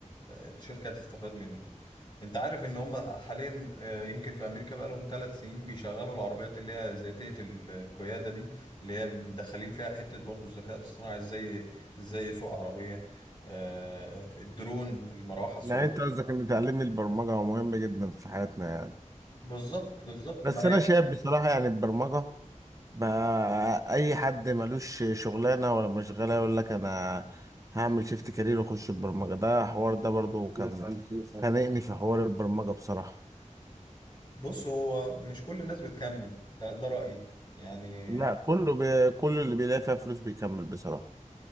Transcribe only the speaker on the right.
يعني انت قصدك ان تعلمني البرمجة مهم جدا في حياتنا يعني
بس
انا شايف بصراحة يعني البرمجة بقى اي حد ملوش شغلانة ولا مشغلة يقول لك انا هعمل شيفت كارير واخش البرمجة ده حوار ده برضو كان خانقني في حوار البرمجة بصراحة
لا كله بي... كل اللي بيلاقي فيها فلوس بيكمل بصراحة